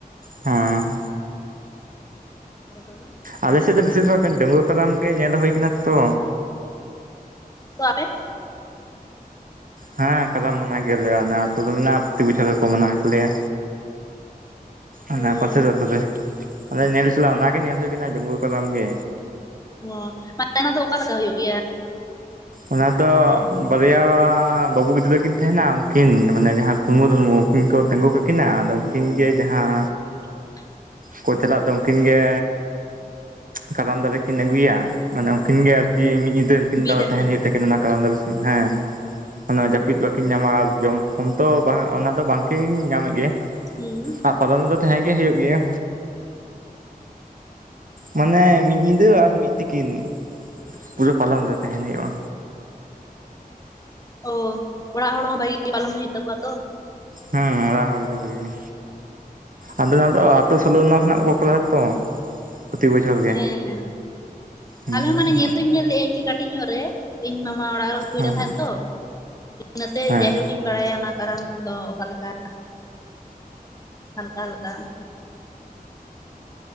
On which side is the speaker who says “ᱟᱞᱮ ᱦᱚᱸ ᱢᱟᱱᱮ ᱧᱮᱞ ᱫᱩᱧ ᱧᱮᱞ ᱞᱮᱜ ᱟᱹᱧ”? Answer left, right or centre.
Left